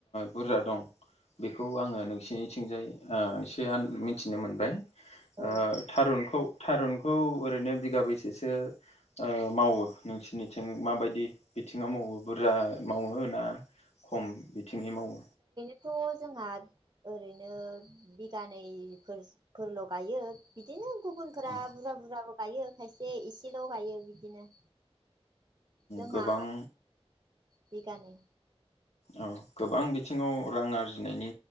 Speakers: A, on the left; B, on the right.
A: बुरजा दं बेखौ आङो नोंसिनिथिंजाय एसे मिथिनो मोनबाय
B: औ
A: ओ थारुनखौ थारुन खौ ओरैनो बिगाबैसेसो मावो नोंसिनि थिं बिथिंआव मावो बुरजा मावो ना खम थिंङै मावो
B: थ जोंहा ओरैनो बिगानै फोर-फोरल गायो बिदिनो गुबुनफोरा
A: अ
B: बुरजा बुरजाबो गायो खायसे इसेल गायो बिदिनो जोंहा
A: गोबां
B: बिगानै
A: औ गोबां बिथिङाव रां आरजिनायनि